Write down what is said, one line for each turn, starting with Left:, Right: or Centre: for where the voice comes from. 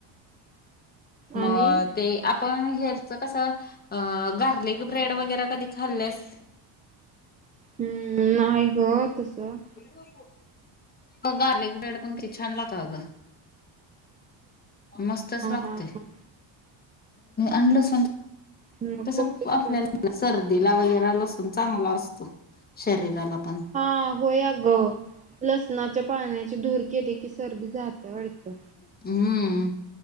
Left: म
Right: आणि
Left: ते आपण हेच कसं अं गार्लिक ब्रेड वगैरे कधी खाल्लेस?
Right: हम्म, नाही गं तसं
Left: म पण गार्लिक ब्रेड पण किती छान लागतो आगं मस्तच लागतोय,
Right: हा हा
Left: आण लसून
Right: मग
Left: तसं
Right: बघतो
Left: आपल्याला
Right: की
Left: सर्दीला वगैर लसून चांगला असतो, शरीराला पण.
Right: हा होय, आग लसणाच्या पाण्याची धूर केली की सर्दी जात्या वाटतं.
Left: हम्म,